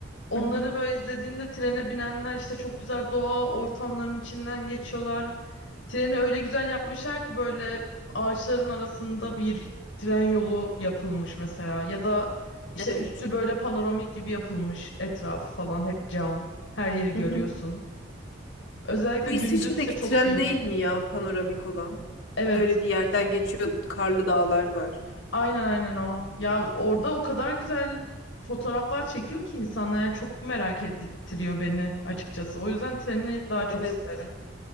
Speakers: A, on the left (about 70°); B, on the left (about 80°).
A: Onları
B: Hı hı.
A: böyle izlediğimde trene binenler işte çok güzel doğa ortamlarının içinden geçiyorlar. Treni öyle güzel yapmışlar ki böyle ağaçların arasında bir tren yolu yapılmış mesela. Ya da işte
B: Evet.
A: üstü böyle panoramik gibi yapılmış. Etrafı falan hep cam. Her yeri
B: Hı
A: görüyorsun.
B: hı.
A: Özellikle
B: Bu
A: gündüzse
B: İsviçre'deki
A: çok
B: tren
A: iyi.
B: değil mi ya panoramik olan?
A: Evet,
B: Böyle bir yerden geçiyor, karlı dağlar var.
A: Aynen aynen o. Ya
B: <clears throat>
A: orada o kadar güzel fotoğraflar çekiyor ki insanlar yani çok merak ettiriyor beni açıkçası. O yüzden treni daha çok
B: Evet.
A: isterim.